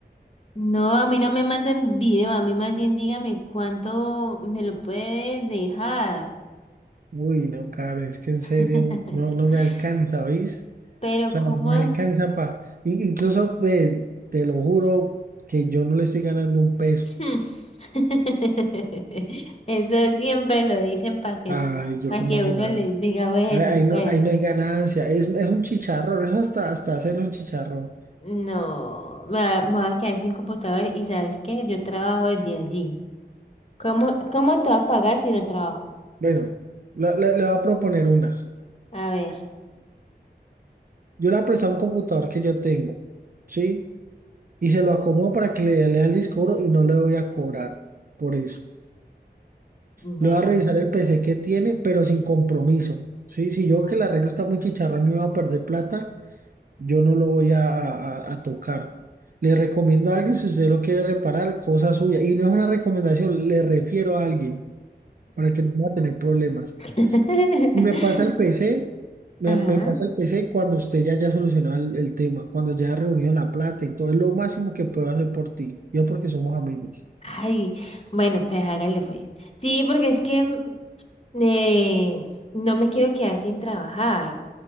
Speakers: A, on the left; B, on the right.
A: No, a mí no me manden video, a mí más bien dígame cuánto me lo puede dejar.
B: Uy, no, cara, es que en serio
A: <laughs>
B: no, no me alcanza, ¿veis?
A: Pero
B: O sea,
A: ¿cómo?
B: no me alcanza para. Incluso, ve, te lo juro que yo no le estoy ganando un peso.
A: Hmm. <laughs> Eso siempre lo dicen para que,
B: Ay, yo
A: para
B: cómo
A: que
B: va a ganar.
A: uno les diga, bueno,
B: Ahí, ahí no,
A: pues
B: ahí no hay ganancia. Es, es un chicharrón, eso hasta, hasta hacerlo un chicharrón.
A: no, me va- me voy a quedar sin computador y ¿sabes qué? Yo trabajo desde allí. ¿Cómo, cómo te va a pagar si no trabajo?
B: Bueno, la- la- le voy a proponer una.
A: A ver,
B: Yo le he prestado un computador que yo tengo, ¿sí? Y se lo acomodo para que le lea el disco duro y no le voy a cobrar por eso.
A: bueno.
B: Le voy a revisar el P C que tiene, pero sin compromiso, ¿sí? Si yo veo que el arreglo está muy chicharrón y voy a perder plata, yo no lo voy a, a- a- a tocar. Le recomiendo a alguien, si usted lo quiere reparar, cosa suya. Y no es una recomendación, le refiero a alguien para que no vaya a tener problemas.
A: <laughs>
B: Y me pasa el PC, me,
A: Ajá.
B: me pasa el PC cuando usted ya haya solucionado el, el tema, cuando ya ha reunido la plata y todo, es lo máximo que puedo hacer por ti. Yo porque somos amigos.
A: Ay, bueno, pues hágale pues. Sí, porque es que mm, eh, no me quiero quedar sin trabajar.